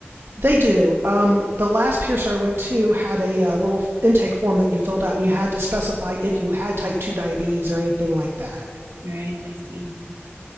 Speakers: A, on the right; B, on the right.
A: They do. Um, the last piercer I went to had a uh, little intake form that you filled out, and you had to specify if you had type two diabetes or anything like that.
B: Right, I see.